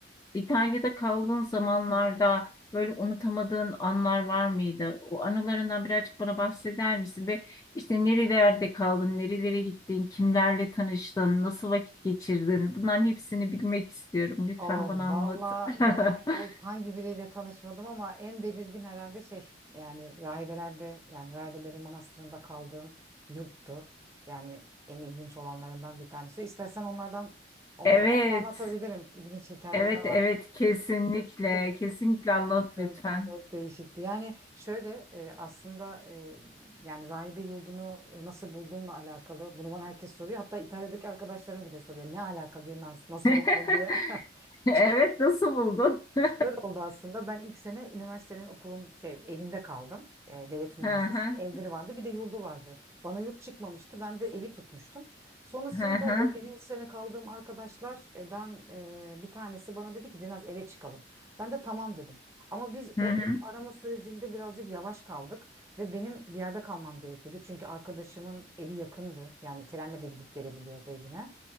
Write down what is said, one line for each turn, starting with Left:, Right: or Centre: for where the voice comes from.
Left: İtalya'da kaldığın zamanlarda böyle unutamadığın anlar var mıydı? O anılarından birazcık bana bahseder misin? Ve işte nerelerde kaldın, nerelere gittin, kimlerle tanıştın, nasıl vakit geçirdin? Bunların hepsini bilmek istiyorum. Lütfen
Right: O
Left: bana anlat.
Right: valla
Left: <laughs>
Right: yani o hangi biriyle tanışmadım ama en belirgin herhalde şey yani rahibelerde yani rahibelerin manastırında kaldığım yurttu. Yani en ilginç olanlarından bir tanesi. İstersen onlardan o
Left: Evet,
Right: ama anlatabilirim. İlginç hikayeler
Left: evet,
Right: var.
Left: evet, kesinlikle,
Right: Çok
Left: kesinlikle anlat
Right: çok
Left: lütfen.
Right: çok değişikti. Yani şöyle e, aslında e, yani rahibe yurdunu nasıl bulduğumla alakalı. Bunu bana herkes soruyor. Hatta İtalya'daki arkadaşlarım bile soruyor. Ne alaka bir nasıl
Left: <laughs>
Right: buldun diye.
Left: Evet,
Right: <laughs>
Left: nasıl buldun? <laughs>
Right: Şöyle oldu aslında. Ben ilk sene üniversitenin okulun şey evinde kaldım. E, Devlet Üniversitesi'nin
Left: Hı hı.
Right: evleri vardı. Bir de yurdu vardı. Bana yurt çıkmamıştı. Ben de evi tutmuştum. Sonrasında
Left: Hı hı.
Right: o birinci sene kaldığım arkadaşlardan e, bir tanesi bana dedi ki biraz eve çıkalım. Ben de tamam dedim. Ama biz
Left: Hı
Right: o ev
Left: hı.
Right: arama sürecinde birazcık yavaş kaldık ve benim bir yerde kalmam gerekiyordu. Çünkü arkadaşımın evi yakındı. Yani trenle de gidip gelebiliyordu evine.